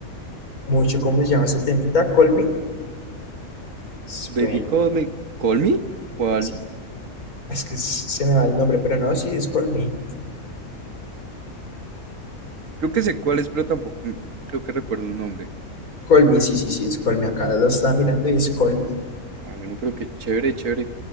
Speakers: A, on the left; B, on the right.
A: mucho, ¿cómo se llama ese temita? Call Me. Es
B: Baby
A: buen-
B: Call Me. ¿Call Me? ¿Cuál?
A: sí, Es que se me va el nombre, pero no, sí, es Colmy.
B: Creo que sé cuál es, pero tampoco m- creo que recuerdo el nombre.
A: Colmy, sí, sí, sí, es Colmy. Acá lo estaba mirando y es Colmy.
B: Ah, bueno, pero qué chévere, chévere.